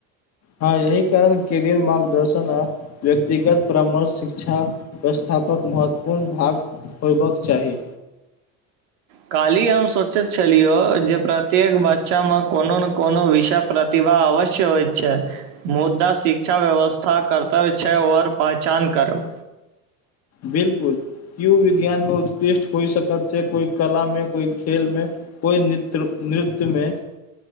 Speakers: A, on the left (about 40°); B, on the right (about 80°).
A: हँ यही कारण करियर मार्गदर्शन आ व्यक्तिगत परामर्श शिक्षा व्यवस्थापक महत्वपूर्ण भाग होयबक चाही
B: काली हम सोचे छलियो जे प्रत्येक बच शिक्षा मे कोनो ने कोनो विषय प्रतिभा अवश्य होइ छै मुद्दा शिक्षा व्यवस्था कर्तव्य छै ओर पहचान करब
A: बिल्कुल कियो विज्ञान में बादल उत्कृष्ट होई सकत छै कोइ कला में कोइ खेल में कोई नृत्य नृत्यमे